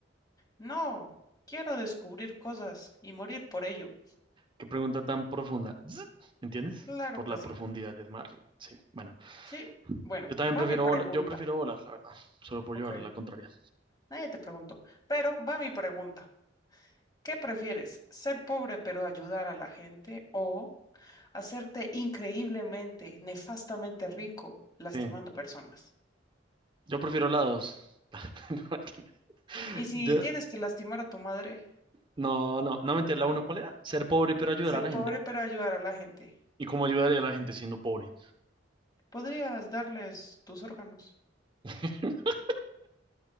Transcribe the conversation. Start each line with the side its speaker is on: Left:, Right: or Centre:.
Left: No, quiero descubrir cosas y morir por ello.
Right: Qué pregunta tan profunda. Zzz, ¿Entiendes?
Left: Claro
Right: Por
Left: que
Right: la profundidad
Left: sí.
Right: del mar. Sí. Bueno,
Left: Sí, bueno,
Right: yo también
Left: va
Right: prefiero
Left: mi pregunta.
Right: volar. Yo prefiero volar, la verdad. Solo por
Left: Ok,
Right: llevar la contraria.
Left: nadie te preguntó, pero va mi pregunta. ¿Qué prefieres? ¿Ser pobre pero ayudar a la gente o hacerte increíblemente, nefastamente rico lastimando
Right: Sí.
Left: personas?
Right: Yo prefiero la dos. <laughs> No, mentira.
Left: Y si
Right: Yo,
Left: tienes que lastimar a tu madre,
Right: No, no, no meter la uno, ¿cuál era? Ser pobre pero ayudar
Left: ser
Right: a la
Left: pobre
Right: gente.
Left: pero ayudar a la gente,
Right: ¿Y cómo ayudaría a la gente siendo pobre?
Left: podrías darles tus órganos.
Right: <laughs>